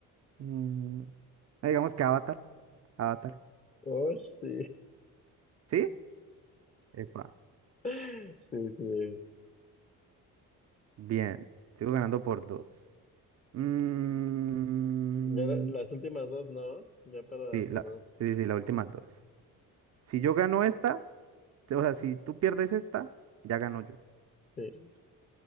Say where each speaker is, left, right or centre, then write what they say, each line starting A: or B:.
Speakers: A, on the right (about 40°); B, on the left (about 20°).
A: mm, ah, digamos que Avatar. Avatar.
B: Oh, sí.
A: ¿Sí? Epa.
B: Sí, sí.
A: Bien. Sigo ganando por dos. Mm,
B: Ya la- las últimas dos, ¿no? Ya para
A: sí,
B: cerrar.
A: la, sí, sí, sí, las últimas dos. Si yo gano esta, te- o sea, si tú pierdes esta, ya gano yo.
B: Sí.